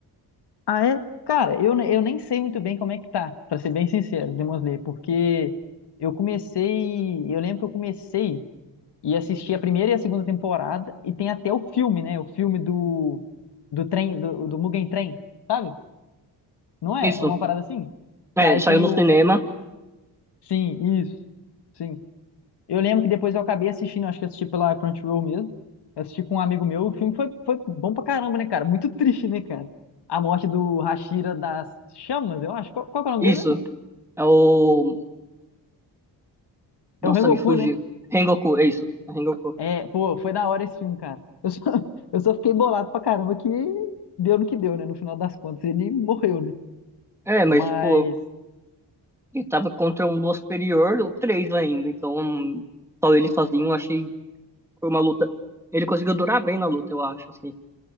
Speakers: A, on the left (about 65°); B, in the centre.
A: Ah, é? Cara, eu, ne- eu nem sei muito bem como é que tá, pra ser bem sincero, Demon Slayer, porque eu comecei. Eu lembro que eu comecei. e assisti a primeira e a segunda temporada e tem até o filme, né? O filme do do trem do, do Mugen Train, sabe? Não é?
B: Isso,
A: É Uma parada assim?
B: é,
A: Que aí
B: saiu
A: tem
B: no
A: o
B: cinema.
A: sim, isso. Sim. Eu lembro que depois eu acabei assistindo, acho que eu assisti pela Crunchyroll mesmo. Eu assisti com um amigo meu, o filme foi, foi bom pra caramba, né, cara? Muito <laughs> triste, né, cara? A morte do Hashira das Chamas, eu acho. Qual, qual que é o nome
B: Isso,
A: dele mesmo?
B: é o. Nossa,
A: É o Rengoku,
B: me fugiu.
A: né?
B: Rengoku, é isso, é Rengoku.
A: É, pô, foi da hora esse filme, cara. Eu só, <laughs> eu só fiquei bolado pra caramba que deu no que deu, né? No final das contas, ele morreu, né?
B: É, mas
A: Mas,
B: tipo. Ele tava contra um Lua Superior, ou três ainda. Então, só ele sozinho, eu achei que foi uma luta. Ele conseguiu durar bem na luta, eu acho, assim.